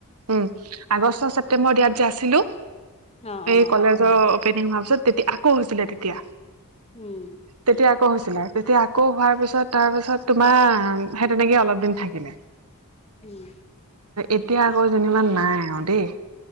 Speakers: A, on the right; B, on the left.
A: উম আগষ্ট, ছেপ্টেম্বৰ ইয়াত যে আছিলো?
B: অ',
A: এই
B: অ',
A: কলেজৰ অপেনিং হোৱাৰ পিছত তেতিয়া আকৌ হৈছিলে তেতিয়া।
B: উম!
A: তেতিয়া আকৌ হৈছিলে। তেতিয়া আকৌ হোৱাৰ পিছত তাৰ পিছত তোমাৰ সেই তেনেকে অলপ দিন থাকিলে।
B: উম।
A: এতিয়া আকৌ যেনিবা নাই আৰু দেই।